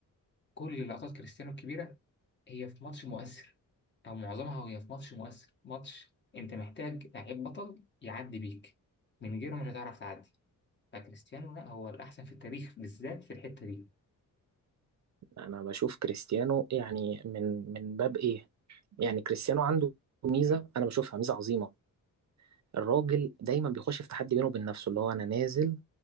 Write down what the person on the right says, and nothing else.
انا بشوف كريستيانو يعني من من باب ايه يعني كريستيانو عنده ميزه انا بشوفها ميزه عظيمه الراجل دايما بيخش في تحدي بينه وبين نفسه اللي هو انا نازل